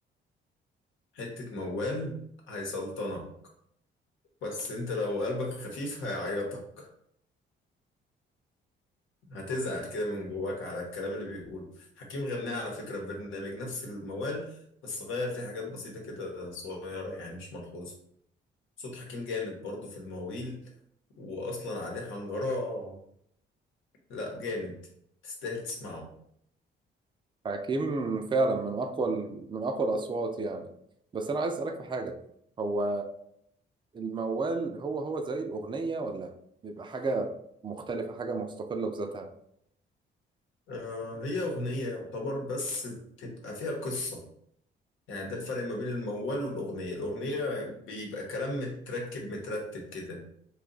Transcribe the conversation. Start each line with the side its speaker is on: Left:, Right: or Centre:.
Left: حتة موال هيسلطنك بس انت لو قلبك خفيف هيعيطك هتزعل كده من جواك على الكلام اللي بيقوله حكيم غناه على فكرة في برنامج نفس الموال بس غير فيه حاجات بسيطة كده صغيرة يعني مش ملحوظة صوت حكيم جامد برضه في المواويل وأصلا عليه حنجرة لا جامد تستاهل تسمعه
Right: حكيم فعلا من اقوى ال- من اقوى الاصوات يعني بس انا عايز اسالك في حاجه هو الموال هو هو زي الاغنيه ولا بيبقى حاجه مختلفه حاجه مستقله بذاتها
Left: آه هي أغنية يعتبر بس بتبقى فيها قصة يعني ده الفرق ما بين الموال والأغنية الأغنية بيبقى كلام متركب مترتب كده